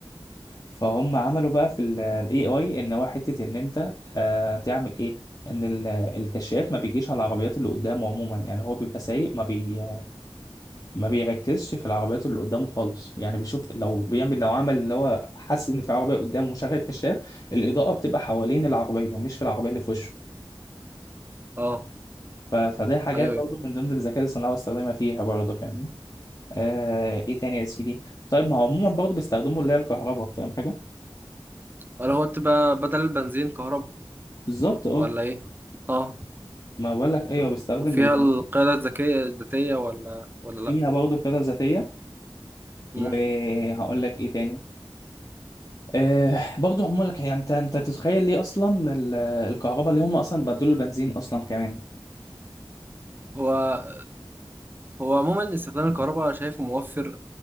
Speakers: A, on the left; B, on the right.
A: فهم عملوا بقى في الاي اي ان هو حته ان انت آه تعمل ايه ان ال- الكشاف ما بيجيش على العربيات اللي قدامه عموما يعني هو بيبقى سايق ما بي ما بيركزش في العربيات اللي قدامه خالص يعني بيشوف لو بيعمل لو عمل اللي هو حس ان في عربيه قدامه ومشغل الكشاف الاضاءه بتبقى حوالين العربيه مش في العربيه اللي في وشه
B: اه
A: ف- فده حاجات
B: ايوه ايوه
A: برضو من ضمن الذكاء الاصطناعي بستخدمها فيها برضو فاهمني آه ايه تاني يا سيدي طيب ما هو عموما برضو بيستخدموا اللي هي الكهرباء فاهم حاجه
B: اللي هو تبقى بدل البنزين كهرباء
A: بالظبط اه
B: ولا ايه اه
A: ما بقول لك ايوه
B: و-
A: بستخدم
B: وفيها
A: اللي
B: القياده
A: هو
B: الذكيه الذاتيه ولا ولا
A: فيها
B: لا
A: برضه قيادة ذاتية
B: مم.
A: وهقول لك ايه تاني أه برضه هم لك يعني انت انت تتخيل ليه اصلا ال- الكهرباء ليه هم اصلا بدلوا البنزين اصلا كمان
B: هو هو عموما استخدام الكهرباء شايفه موفر